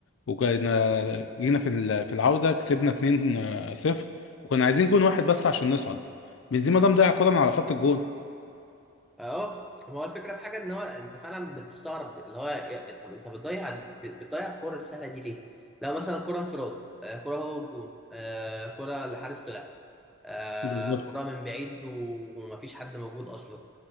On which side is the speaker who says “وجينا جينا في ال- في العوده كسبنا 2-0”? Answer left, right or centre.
Left